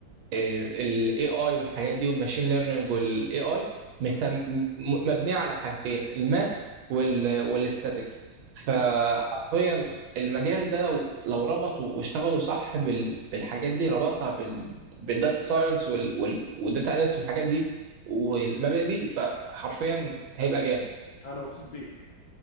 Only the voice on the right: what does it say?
الاي اي والحاجات دي والماشين ليرنينج والاي اي مهتم
م- مبنيه على حاجتين الماس وال والاستاتكس فحرفيا
المجال ده لو لو ربطوا واشتغلوا صح بال- بالحاجات دي ربطها بال بالداتا ساينس وال وال والداتا اناليسيس والحاجات دي والمبادئ دي فحرفيا هيبقى جامد